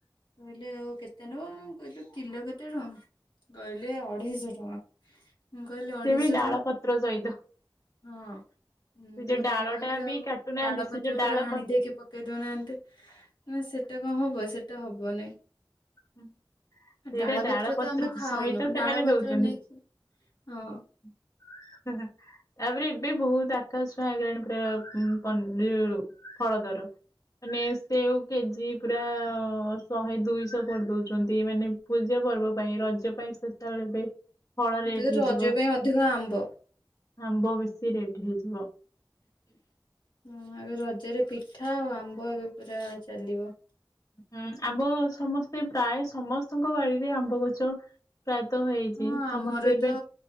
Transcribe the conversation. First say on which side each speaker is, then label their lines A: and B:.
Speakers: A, on the left (about 70°); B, on the left (about 45°).
A: କହିଲେ ଆଉ କେତେ ନବ ମୁ କହିଲି କିଲୋ କେତେ ଟଙ୍କା? କହିଲେ ଅଢେଇଶ ଟଙ୍କା ମୁଁ କହିଲି ଅଢେଇଶ
B: ସେ ବି ଡାଳ
A: ଟଙ୍କା
B: ପତ୍ର ସହିତ
A: ହଁ
B: ସେ
A: ମୁଁ
B: ଯୋଉ
A: ତାଙ୍କୁ
B: ଡାଳ
A: କହିଲି
B: ଟା
A: ଆଉ
B: ବି କାଟୁନାହାନ୍ତି
A: ଡାଳ
B: ସେ
A: ପତ୍ର
B: ଯୋଉ
A: ପୁରା
B: ଡାଳ
A: ହାଣି
B: ପତ୍ର
A: ଦେଇକି ପ କେଇଦେଉନାହାନ୍ତି ନା ସେଟା କଣ ହବ ସେଟା ହବନାଇଁ।
B: ହୁଁ, ସେଇଟା
A: ଡାଳ ପତ୍ର ତ ଆମେ ଖାଉନୁ
B: ସହିତ ସେମାନେ
A: ଡାଳ ପତ୍ର
B: ଦଉଛନ୍ତି।
A: ନେଇକି ହଁ।
B: <inaudible> ତାପରେ ଏବେ ବହୁତ ଆକାଶ ଛୁଆଁ ହେଇଗଲାଣି ପୁରା ପନି ଫଳ ଦର। ମାନେ ସେଉ କେଜି ପୁରା ଶହେ ଦୁଇଶହ। କରିଦଉଛନ୍ତି ମାନେ ପୂଜା ପର୍ବ ପାଇଁ ରଜ ପାଇଁ ସ୍ପେଶାଲ ଏବେ ଫଳ ରେଟ୍
A: ଏବେ
B: ହେଇଯିବ
A: ତ ରଜ ପାଇଁ ଅଧିକ ଆମ୍ବ।
B: ଆମ୍ବ ବେଶୀ ରେଟ ହେଇଯିବ।
A: ହଁ ଏବେ ରଜରେ ପିଠା ଆଉ ଆମ୍ବ ଏବେ ପୁରା ଚାଲିବ।
B: ହୁଁ ଆମ୍ବ ସମସ୍ତେ ପ୍ରାୟ ସମସ୍ତଙ୍କ ବାଡିରେ ଆମ୍ବ ଗଛ। ପ୍ରାୟତଃ ହେଇଛି
A: ହଁ ଆମର
B: ସମସ୍ତେ ଏବେ
A: ତ